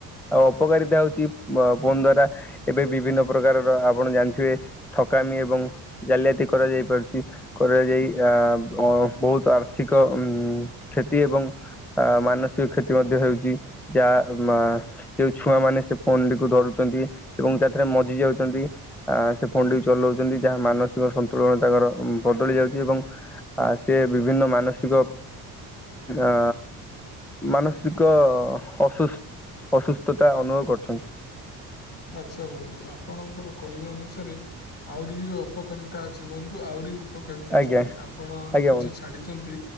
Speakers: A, in the centre; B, on the left.
A: ଆଉ ଅପକାରିତା ହଉ ଚି ଫୋନ୍ ଦ୍ଵାରା ଏବେ ବିଭିନ୍ନ ପ୍ରକାରର ଆପଣ ଜାଣିଥିବେ ଠକାମି ଏବଂ ଜା ଲିଆତି କରାଯାଇ ପାରୁଛି କରାଯାଇ ଆ ବହୁତ ଆର୍ଥିକ ଉଁ କ୍ଷତି ତି ଏବଂ ଆ ମାନସିକ କ୍ଷତି ମଧ୍ୟ ହେଉଛି ଯାହା ମା ଯୋଉ ଛୁଆ ମାନେ ସେ ଫୋନ ଟିକୁ ଧରୁଛନ୍ତି ଏବଂ ତା ଠା ରେ ମଜି ଯାଉଛନ୍ତି ଆ ସେ ଫୋନ ଟିକୁ ଚଲାଉଛନ୍ତି ଯାହା ମାନସିକ ସନ୍ତୁଳନ ତାଙ୍କର ବଦଳି ଯାଉଛି ଏବଂ ଆ ସେ ବିଭିନ୍ନ ମାନସିକ ଆ ମାନସିକ ଅସୁସ୍ ଅସୁସ୍ଥତା ଅନୁଭବ କରୁଛନ୍ତି।
B: ଆଚ୍ଛା ବନ୍ଧୁ ଆପଣଙ୍କର କହିବା ଅନୁସାରେ ଆହୁରି ବି ଅପକାରିତା ଅଛି ବନ୍ଧୁ ଆହୁରି ଉପକାରିତ
A: ଆଜ୍ଞା
B: ଅଛନ୍ତି ଆପଣ
A: ଆଜ୍ଞା
B: କିଛି
A: ବନ୍ଧୁ।
B: ଛାଡ଼ିଛନ୍ତି